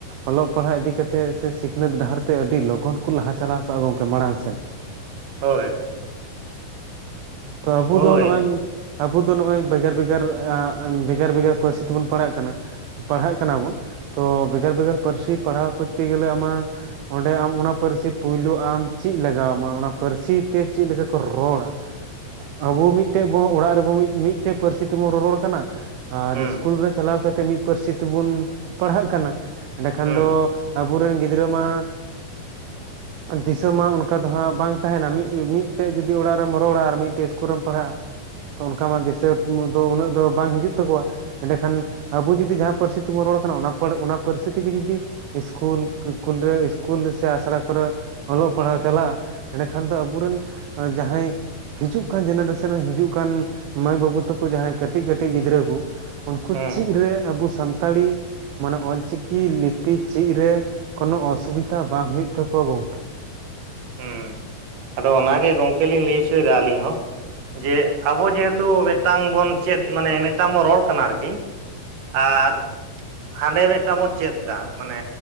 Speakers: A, on the right (about 80°); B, on the right (about 65°).
A: ᱚᱞᱚᱜ ᱯᱟᱲᱦᱟᱜ ᱤᱫᱤ ᱠᱟᱛᱮᱫ ᱥᱮ ᱥᱤᱠᱷᱱᱟᱹᱛ ᱰᱟᱦᱟᱨ ᱛᱮ ᱟᱹᱰᱤ ᱞᱚᱜᱚᱱ ᱠᱚ ᱞᱟᱦᱟ ᱪᱟᱞᱟᱣ ᱠᱚᱜᱼᱟ ᱜᱚᱝᱠᱮ ᱢᱟᱲᱟᱝ ᱥᱮᱱ᱾
B: ᱦᱳᱭ
A: ᱛᱚ ᱟᱵᱚ
B: ᱦᱳᱭ
A: ᱫᱚ ᱱᱚᱜᱼᱚᱭ ᱟᱵᱚ ᱫᱚ ᱱᱚᱜᱼᱚᱭ ᱵᱷᱮᱜᱟᱨ ᱵᱷᱮᱜᱟᱨ ᱵᱷᱮᱜᱟᱨ ᱵᱷᱮᱜᱟᱨ ᱯᱟᱹᱨᱥᱤ ᱛᱮᱵᱚᱱ ᱯᱟᱲᱦᱟᱜ ᱠᱟᱱᱟ ᱯᱟᱲᱦᱟᱜ ᱠᱟᱱᱟ ᱵᱚᱱ ᱛᱚ ᱵᱷᱮᱜᱟᱨ ᱵᱷᱮᱜᱟᱨ ᱯᱟᱹᱨᱥᱤ ᱯᱟᱲᱦᱟᱣ ᱠᱚᱨᱛᱮ ᱜᱮᱞᱮ ᱟᱢᱟᱜ ᱚᱸᱰᱮ ᱟᱢ ᱚᱱᱟ ᱯᱟᱹᱨᱥᱤ ᱯᱩᱭᱞᱩ ᱟᱢ ᱪᱮᱫ ᱞᱟᱜᱟᱣ ᱟᱢᱟ ᱚᱱᱟ ᱯᱟᱹᱨᱥᱤ ᱛᱮ ᱪᱮᱫ ᱞᱮᱠᱟ ᱠᱚ ᱨᱚᱲᱟ ᱟᱵᱚ ᱢᱤᱫᱴᱮᱡ ᱵᱚ ᱚᱲᱟᱜ ᱨᱮᱵᱚ ᱢᱤᱫᱴᱮᱡ ᱯᱟᱹᱨᱥᱤ ᱛᱮᱵᱚᱱ ᱨᱚᱨᱚᱲ ᱠᱟᱱᱟ ᱟᱨ
B: ᱦᱩᱸ
A: ᱤᱥᱠᱩᱞ ᱨᱮ ᱪᱟᱞᱟᱣ ᱠᱟᱛᱮᱫ ᱢᱤᱫ ᱯᱟᱹᱨᱥᱤ ᱛᱮᱵᱚᱱ ᱯᱟᱲᱦᱟᱜ ᱠᱟᱱᱟ ᱮᱸᱰᱮᱠᱷᱟᱱ
B: ᱦᱩᱸ
A: ᱫᱚ ᱟᱵᱚᱨᱮᱱ ᱜᱤᱫᱽᱨᱟᱹ ᱢᱟ ᱫᱤᱥᱚᱢ ᱢᱟ ᱚᱱᱠᱟ ᱫᱚ ᱦᱟᱸᱜ ᱵᱟᱝ ᱛᱟᱦᱮᱱᱟ ᱢᱤᱫᱴᱮᱡ ᱡᱩᱫᱤ ᱚᱲᱟᱜ ᱨᱮᱢ ᱨᱚᱲᱟ ᱟᱨ ᱢᱤᱫ ᱴᱮᱡ ᱤᱥᱠᱤᱞ ᱨᱮᱢ ᱯᱟᱲᱦᱟᱜᱼᱟ ᱛᱚ ᱚᱱᱠᱟ ᱢᱟ ᱫᱤᱥᱟᱹ ᱫᱚ ᱩᱱᱟᱹᱜ ᱫᱚ ᱵᱟᱝ ᱦᱤᱡᱩᱜ ᱛᱟᱠᱚᱣᱟ ᱮᱸᱰᱮᱠᱷᱟᱱ ᱟᱵᱚ ᱡᱩᱫᱤ ᱡᱟᱦᱟᱸ ᱯᱟᱹᱨᱥᱤ ᱛᱮᱵᱚᱱ ᱨᱚᱲ ᱠᱟᱱᱟ ᱚᱱᱟ ᱚᱱᱟ ᱯᱟᱹᱨᱥᱤ ᱛᱮᱜᱮ ᱡᱩᱫᱤ ᱤᱥᱠᱩᱞ ᱤᱥᱠᱩᱞ ᱨᱮ ᱤᱥᱠᱩᱞ ᱨᱮᱥᱮ ᱟᱥᱲᱟ ᱠᱚᱨᱮ ᱚᱞᱚᱜ ᱯᱟᱲᱦᱟᱣ ᱪᱟᱞᱟᱜᱼᱟ ᱮᱸᱰᱮᱠᱷᱟᱱ ᱫᱚ ᱟᱵᱚᱮᱱ ᱡᱟᱦᱟᱸᱭ ᱦᱤᱡᱩᱜ ᱠᱟᱱ ᱡᱮᱱᱨᱮᱥᱟᱱ ᱨᱮ ᱦᱤᱡᱩᱜ ᱠᱟᱱ ᱢᱟᱹᱭ ᱵᱟᱹᱵᱩ ᱛᱟᱠᱚ ᱡᱟᱦᱟᱸᱭ ᱠᱟᱹᱴᱤᱡ ᱠᱟᱹᱴᱤᱡ ᱜᱤᱫᱽᱨᱟᱹ ᱠᱚ ᱩᱱᱠᱩ
B: ᱦᱩᱸ
A: ᱪᱮᱫ ᱨᱮ ᱟᱵᱚ ᱥᱟᱱᱛᱟᱲᱤ ᱢᱟᱱᱮ ᱚᱞ ᱪᱤᱠᱤ ᱞᱤᱯᱤ ᱪᱮᱫ ᱨᱮ ᱠᱚᱱᱚ ᱚᱥᱩᱵᱤᱫᱷᱟ ᱵᱟᱝ ᱦᱩᱭᱩᱜ ᱛᱟᱠᱚᱣᱟ ᱜᱚᱝᱠᱮ
B: ᱦᱮᱸ ᱟᱫᱚ ᱚᱱᱟᱜᱮ ᱜᱚᱝᱠᱮ ᱞᱤᱧ ᱞᱟᱹᱭ ᱦᱚᱪᱚᱭᱮᱫᱟ ᱟᱹᱞᱤᱧ ᱦᱚᱸ ᱡᱮ ᱟᱵᱚ ᱡᱮᱦᱮᱛᱩ ᱛᱚ ᱢᱤᱫᱴᱟᱝ ᱵᱚᱱ ᱪᱮᱫ ᱢᱟᱱᱮ ᱢᱤᱫᱴᱟᱝ ᱵᱚᱱ ᱨᱚᱲ ᱠᱟᱱᱟ ᱟᱨᱠᱤ ᱟᱨ ᱦᱟᱸᱰᱮ ᱢᱤᱫᱴᱟᱝ ᱵᱚᱱ ᱪᱮᱫ ᱮᱫᱟ ᱢᱟᱱᱮ